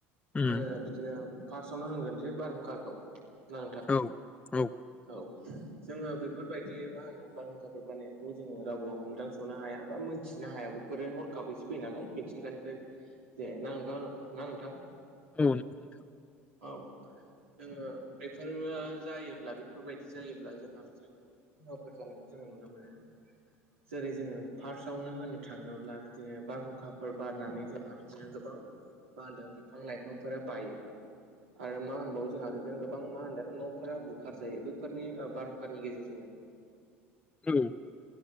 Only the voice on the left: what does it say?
उम
औ औ
औ नंगौ नोंथां
उम